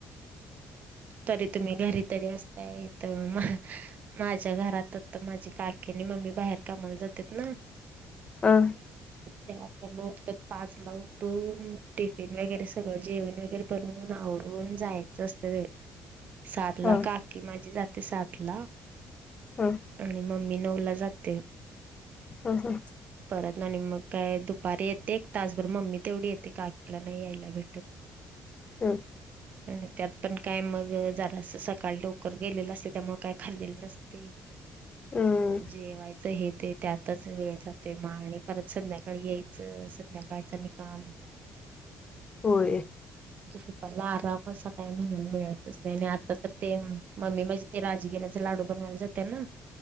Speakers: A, on the right (about 55°); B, on the left (about 35°).
A: तरी तुम्ही घरी तरी असतायेत म माझ्या घरात तर माझी काकी आणि मम्मी बाहेर कामाला जातात ना.
B: हं.
A: ते आपणत पाच ला उटून टिफिन वगैरे सगळं जेवण वगैरे. बणून आवरून जायचं असतं ते सात ला
B: ह
A: काकी माझी जाते सात ला.
B: हम.
A: आणि मम्मी नऊला जाते.
B: हम हं.
A: परत आणि मग काय दुपारी येते. तासभर मम्मी तेवढी येते काकीला नाही यायला भेटत.
B: ह
A: आणि त्यात पण काय मग जरा सकाळी लवकर गेलेलं असते त्यामुळे काय. खाल्लेल नसतय
B: अ
A: जेवायचं हे ते त्यातच. वेळ जातोय मा आणि परत संध्याकाळी यायचं संध्याकाळचा आनि काम.
B: होय.
A: फुपायला आराम अस काय म्हणून मिळतच नाही आणि आता तर ते मम्मी माजी ते राजगिऱ्याचे लाडू बनवायला जाते ना